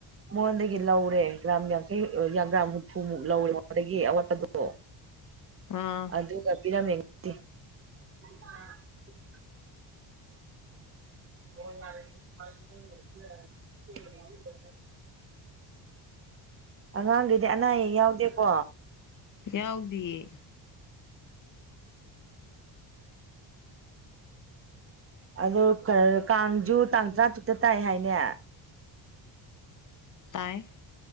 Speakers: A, on the right (about 30°); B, on the left (about 40°).
A: ꯃꯥꯉꯣꯟꯗꯒꯤ ꯂꯧꯔꯦ ꯒ꯭ꯔꯥꯝ ꯌꯥꯡꯈꯩ ꯑ ꯒ꯭ꯔꯥꯝ ꯍꯨꯝꯐꯨꯃꯨꯛ ꯂꯧꯋꯦ ꯃꯥꯉꯣꯟꯗꯒꯤ ꯑꯋꯥꯠꯄꯗꯣ
B: ꯑꯥ
A: ꯑꯗꯨꯒ ꯄꯤꯔꯝꯃꯦ <unintelligible> <unintelligible> ꯑꯉꯥꯡꯒꯩꯗꯤ ꯑꯅꯥ ꯑꯌꯦꯛ ꯌꯥꯎꯗꯦꯀꯣ
B: ꯌꯥꯎꯗꯤꯌꯦ
A: ꯑꯗꯨ ꯀꯥꯡꯖꯨ ꯇꯥꯡ ꯇꯔꯥꯇꯔꯨꯛꯇ ꯇꯥꯏ ꯍꯥꯏꯅꯦ
B: ꯇꯥꯏ